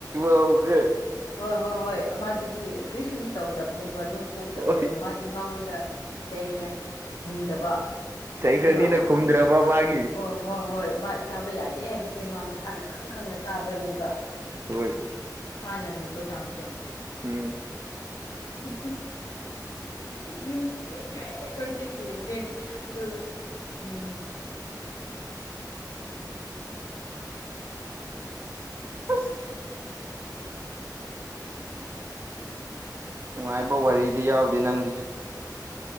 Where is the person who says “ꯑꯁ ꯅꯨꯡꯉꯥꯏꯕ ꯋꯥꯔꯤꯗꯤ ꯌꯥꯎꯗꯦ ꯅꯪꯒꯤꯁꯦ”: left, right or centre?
Right